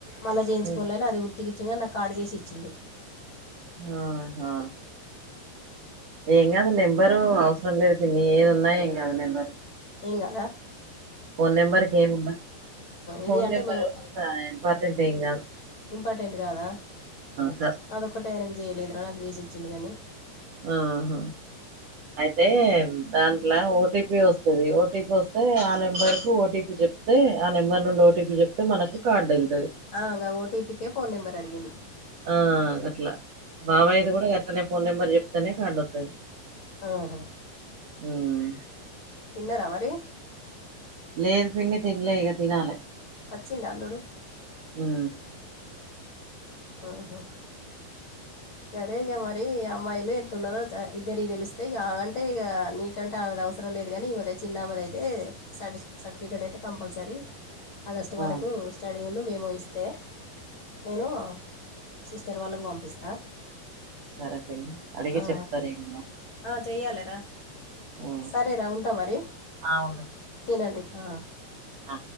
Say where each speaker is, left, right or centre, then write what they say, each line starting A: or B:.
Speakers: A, on the left (about 65°); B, on the right (about 80°).
A: మళ్ళా జేయించుకోనులేనది
B: హ్మ్.
A: ఉట్టికిచ్చ కానీ నాకార్డ్ జేసి ఇచ్చిండు
B: ఆహా ఏంగాదు నెంబరు అవసరం లేదు పిన్నీ ఏదున్న ఏంగాదు నెంబర్
A: ఏంగాదా
B: ఫోనంబర్ కేముండద్
A: ఇది
B: ఫోనంబర్
A: అంటే మేము
B: ఏం అంత ఇంపార్టెంటెంగాదు
A: ఇంపార్టెంట్ గాదా
B: కా-
A: అదొక్కటే ఆయనకు చేయలేదురా నాకు జేసిచ్చిండు గానీ
B: ఆహ అయితే దాన్ లా ఓటీపీ ఒస్తది ఓటీపీ ఒస్తే ఆ నెంబర్ కు ఓటీపీ చెప్తే ఆ నెంబర్ నుండి ఓటీపీ జెప్ జెప్తే మనకు కార్డెల్
A: అ గా ఓటీపీకే ఫోన్ నెంబర్ అడిగిండు
B: ఆ గట్లా
A: ఆ,
B: బాబాయిది గూడా గట్లనే ఫోన్ నెంబర్ చెప్తేనే కార్డత్తది
A: ఆహా
B: మ్
A: న్నరామరి
B: లేదు పిన్ని తినన్లే ఇగ తినాలె
A: అచ్చిండా అల్లుడు
B: మ్
A: మ్ హ్మ్ మ్ అదే ఇక మరి అమ్మాయిలు ఎంత ఉన్నదో ఇద్దరి తెలిస్తే ఇక ఆమె అంటే ఇక నీట్ అంటే ఆమెద అవసరం లేదు గానీ ఈ మదే చిన్నామదయితే శాడిష్ సర్టిఫికేట్ అయితే కంపల్సరీ ఆగస్టు
B: ఆ,
A: వరకు స్టడీ ఉం మేము ఇస్తే నేను సిస్టర్ వాళ్ళకు పంపిస్తా
B: సరే పిన్ని అడిగి
A: ఆ
B: చెప్తాను ఇంకా
A: ఆ చెయ్యాలెరా
B: ఆ,
A: సరే రా ఉంటా మరి
B: ఆ, ఉంటా
A: తినండి ఆ
B: ఆ